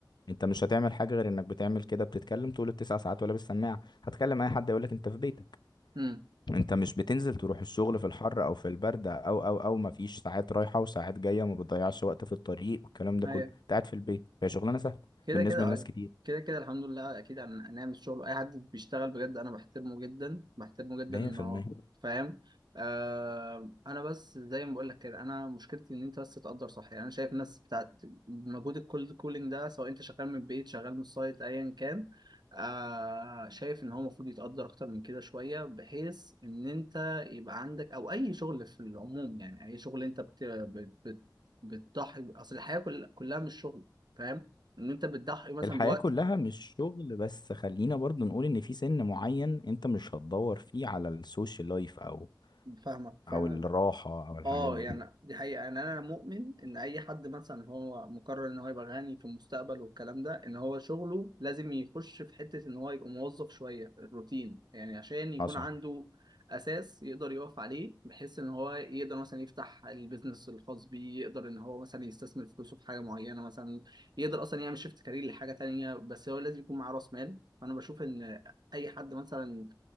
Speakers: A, on the left (about 70°); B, on the right (about 65°).
A: انت مش هتعمل حاجه غير انك بتعمل كده بتتكلم طول التسع ساعات ولا بالسماعه هتكلم اي حد يقول لك انت في بيتك
B: مم.
A: انت مش بتنزل تروح الشغل
B: مم.
A: في الحر او في البرد او او او مفيش ساعات رايحة وساعات جاية ما بتضيعش وقت في الطريق والكلام ده
B: أيوة.
A: كله انت قاعد في البيت هي شغلانة سهلة
B: كده
A: بالنسبة
B: كده
A: لناس
B: ايوه
A: كتير
B: كده كده الحمد لله اكيد هن- هنعمل شغل اي حد بيشتغل بجد انا بحترمه جدا بحترمه جدا
A: 100%
B: ان هو فاهم آه انا بس زي ما بقول لك كده انا مشكلتي ان انت بس تقدر صح يعني انا شايف الناس بتاعت مجهود الكولد كولينج ده سواء انت شغال من البيت شغال من السايت ايا كان آه شايف ان هو المفروض يتقدر اكتر من كده شويه بحيث ان انت يبقى عندك او اي شغل في العموم يعني اي شغل انت بت بت بت- بتضحي اصل الحياه كل- كلها مش شغل فاهم ان انت بتضحي مثلا
A: الحياة
B: بوقت
A: كلها مش شغل بس خلينا برضو نقول ان في سن معين انت مش هتدور فيه على السوشيال لايف او
B: فاهمك فاهمك
A: او الراحة او الحاجات
B: اه
A: دي
B: يعني دي حقيقة يعني انا مؤمن ان اي حد مثلا هو مقرر ان هو يبقى غني في المستقبل والكلام ده ان هو شغله لازم يخش في حتة ان هو يبقى موظف شوية الروتين يعني عشان يكون
A: حصل
B: عنده اساس يقدر يقف عليه بحيث ان هو يقدر مثلا يفتح البيزنس الخاص بيه يقدر ان هو مثلا يستثمر فلوسه في حاجة معينة مثلا يقدر اصلا يعمل شيفت كارير لحاجة تانية بس هو لازم يكون معاه راس مال فانا بشوف ان اي حد مثلا